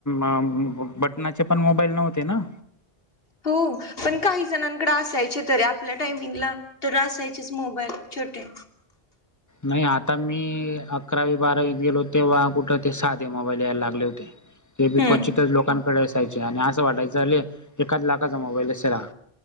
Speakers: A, on the left; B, on the left.
A: अ ह बटनाचे पण मोबाईल नव्हते ना.
B: हो, पण काही जणांकडे असायचे तरी आपल्या टायमिंगला. तर असायचेच मोबाईल छोटे.
A: नाही आता मी अकरावी बारावीत गेलो, तेव्हा कुठं ते साधे मोबाईल यायला लागले होते. ते बी
B: हम्म
A: क्वचितच लोकां डे असायचे आणि असं वाटायचं झा एकाच लाखाचा मोबाईल असेला